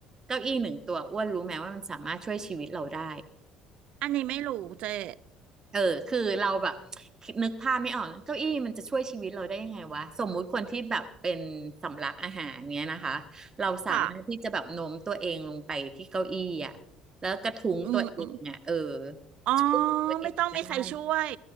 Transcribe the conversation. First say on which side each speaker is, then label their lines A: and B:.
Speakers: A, on the right (about 30°); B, on the right (about 60°).
A: เก้าอี้หนึ่งตัวอ้วนรู้ไหมว่ามันสามารถช่วยชีวิตเราได้
B: อันนี้ไม่รู้เจ๊
A: เออคือเราแบบนึกภาพไม่ออกเก้าอี้มันจะช่วยชีวิตเราได้ยังไงวะสมมุติคนที่แบบเป็นสำลักอาหารเนี้ยนะคะเราสามารถที่จะแบบโน้มตัวเองลงไปที่เก้าอี้อ่ะแล้วกระทุ้งตัวเองอ่ะเออ
B: ค่ะอืมอมอ๋อ
A: ช่วยตัวเองได้
B: ไม่ต้องมีใครช่วย